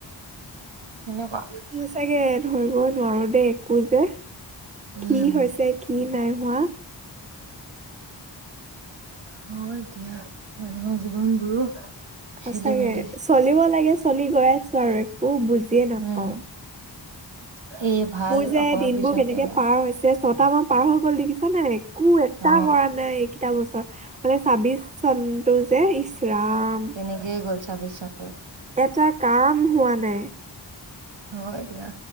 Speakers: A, on the right (about 80°); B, on the right (about 15°).
A: সনেকুৱা।
B: সঁচাকে ধৰিবই নোৱাৰো, দেই একো যে
A: উম
B: কি হৈছে, কি নাই। হোৱা
A: হয়, দিয়া মানুহৰ জীৱন বোৰো
B: সচাগে,
A: খেলি মেলি
B: চলিব লাগে, চলি গৈ আছো, আৰু একো বুজিয়ে নাপাও।
A: উম <inaudible> ভাল
B: মোৰ যে
A: অকমান
B: দিনবোৰ
A: পিছতকে
B: কেনেকে
A: বেয়া
B: পাৰ হৈছে। ছট মান পাৰ হৈ গল দেছা নে, একো এটা
A: অ
B: কৰা নাই। টা বছৰ মানে ছাব্বিশ চনতটো যে, ৰাম
A: তেনেকে গ'লছ চাবে চত
B: এটা কাম হোৱা নাই।
A: হয় এ দিয়া